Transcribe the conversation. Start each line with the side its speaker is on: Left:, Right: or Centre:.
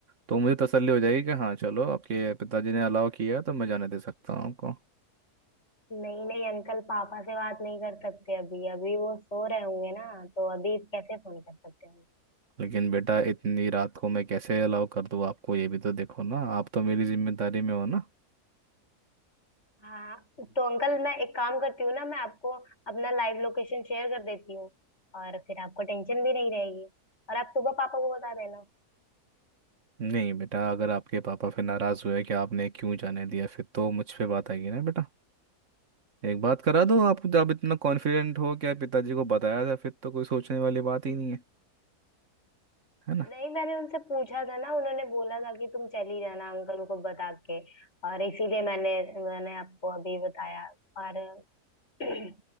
Right: तो मुझे तसल्ली हो जाएगी कि हाँ चलो आपके पिताजी ने अलाउ किया तो मैं जाने दे सकता हूँ आपको
Left: नहीं नहीं अंकल पापा से बात नहीं कर सकते अभी अभी वो सो रहे होंगे ना तो अभी कैसे फोन कर सकते हैं
Right: लेकिन बेटा इतनी रात को मैं कैसे अलाउ कर दूँ आपको ये भी तो देखो ना आप तो मेरी जिम्मेदारी में हो ना
Left: हाँ तो अंकल मैं एक काम करती हूँ ना मैं आपको अपना लाइव लोकेशन शेयर कर देती हूँ और फिर आपको टेंशन भी नहीं रहेगी और आप सुबह पापा को बता देना
Right: नहीं बेटा अगर आपके पापा फिर नाराज़ हुए कि आपने क्यों जाने दिया फिर तो मुझ पे बात आएगी ना बेटा एक बात करा दो आप जब इतना कॉन्फिडेंट हो कि आप पिताजी को बताया था फिर तो कोई सोचने वाली बात ही नहीं है है ना
Left: नहीं मैंने उनसे पूछा था ना उन्होंने बोला था कि तुम चली जाना अंकल को बता के और इसीलिए मैंने मैंने आपको अभी बताया और <clears throat>